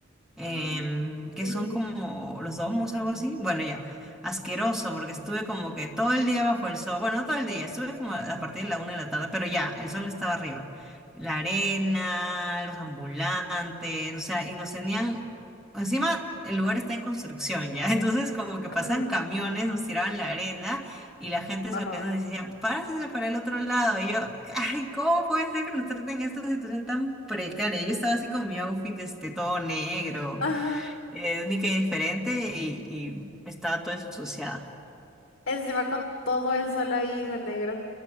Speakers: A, in the centre; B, on the left (about 70°).
A: em,
B: ujú,
A: que
B: Sí,
A: son
B: sí, sí.
A: como los domos, algo así. Bueno, ya, asqueroso, porque estuve como que todo el día bajo el sol, bueno, no todo el día, estuve como a partir de la una de la tarde, pero ya, el sol estaba arriba. La arena, los ambulantes, o sea, y nos tenían, encima el lugar está en construcción ya, <laughs> entonces como que pasan
B: Ajá.
A: camiones, nos tiraban la arena y la gente
B: ah,
A: sonriendo decía, párese para el otro lado. Y yo, ay, ¿cómo puede ser que nos traten en esta situación tan precaria? Yo estaba así con mi outfit, este, todo negro,
B: Ajá.
A: eh, única y diferente, y, y estaba toda ensuciada. <laughs>
B: Encima con todo el sol ahí de negro.